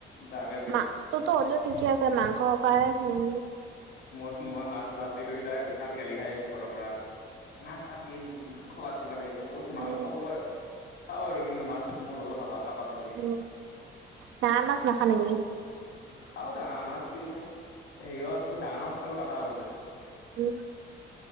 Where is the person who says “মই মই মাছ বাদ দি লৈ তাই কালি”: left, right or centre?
Left